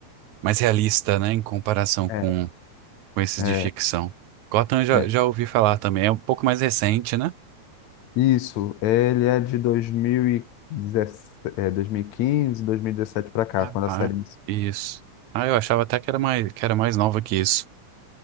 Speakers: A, on the right; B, on the left.
A: mais realista, né, em comparação com,
B: É,
A: com esses
B: é,
A: de ficção. Gotham eu já,
B: é.
A: já ouvi falar também, é um pouco mais recente, né?
B: Isso, ele é de 2017, é, 2015, 2017 pra cá,
A: Ah,
B: quando
A: ah,
B: a série. iniciou.
A: isso. Ah, eu achava até que era mais, que era mais nova que isso.